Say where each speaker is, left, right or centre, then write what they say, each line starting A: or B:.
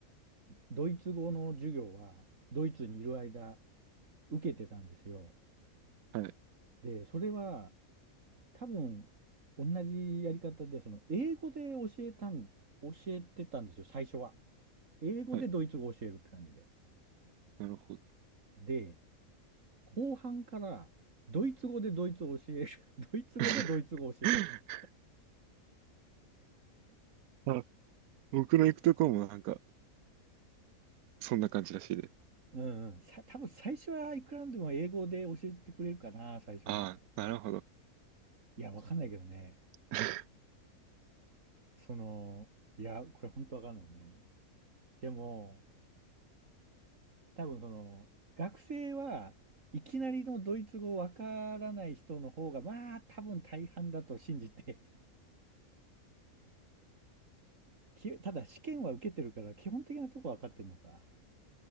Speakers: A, on the right; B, on the right.
A: ドイツ語の授業はドイツにいる間受けてたんですよ。
B: はい。
A: で、それは多分同じやり方で、その英語で教えたん、教えてたんですよ、最初は。英語でドイツ語を教えるって感じで。
B: はい。なるほど。
A: で、後半から、ドイツ語でドイツを教える。<laughs> ドイツ語でドイツ語を教えてます。
B: <laughs> あ、僕の行くとこもなんか、そんな感じらしいです。
A: うんうん。さ、多分最初はいくらでも英語で教えてくれるかな、最初は。
B: ああ、なるほど。
A: いや、わかんないけどね。
B: <laughs>
A: その、いや、これ本当わかんないね。でも、多分その、学生はいきなりのドイツ語わからない人の方が、まあ、多分大半だと信じて。<laughs> きただ試験は受けてるから、基本的なとこわかってんのか。